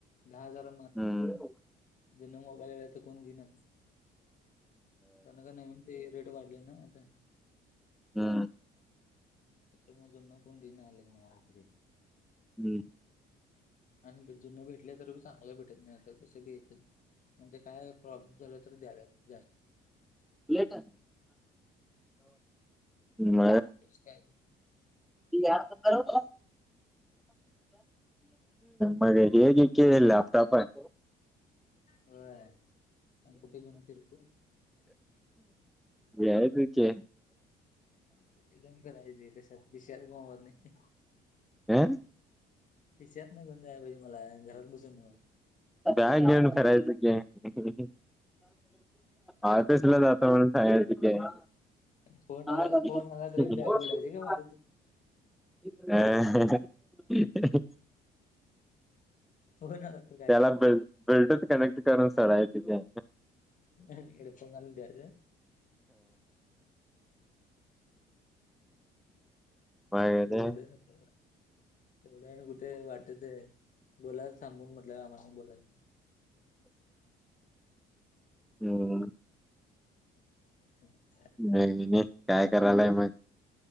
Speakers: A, on the left; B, in the centre.
A: दहा हजार.
B: हम्म हम्म
A: ज्यान मोबाईलता कोण घेण त्यानं काणि ते रेट वाढलेय ना आता
B: हा
A: त्याच्यामधून नकून दिन आलेत मला तरी
B: हम....
A: आणि जुने भेटले तर बी चांगलं भेटत नाही आता कस बी येते... म्हणजे काय प्रॉब्लेम झाला तर द्याला द्याला...
B: आहे म...
A: कस काय....
B: या बरोबर... मग की के लॅपटॉप आहे....
A: ह आणि कुठे घेऊन फिरलो....
B: याय तक....
A: कुठे करायच कशात कि शेयर जमत नाही....
B: अ
A: खिशात घेऊन जायला पाहिजे मला घरात बसून
B: बॅग घेऊन फिरायचं की आज कशाला जात म्हणून सांगायचं.....
A: फोन
B: अ
A: आला फोन आला तरी
B: <inaudible>
A: बॅग उडायची काय वाटत नाही.
B: ह ह
A: हो ना....
B: त्याला बेल ब्लूटूथ कनेक्ट करून सोडायची की
A: हेडफोन घालून द्यायच...
B: मग
A: एवढे नको... एवढं आणि कुठे वाटच आहे बोला... थांबुन म्हटलं आम्हाला बोलाय....
B: हम....
A: अच्छा
B: नाही काय करालाय मग....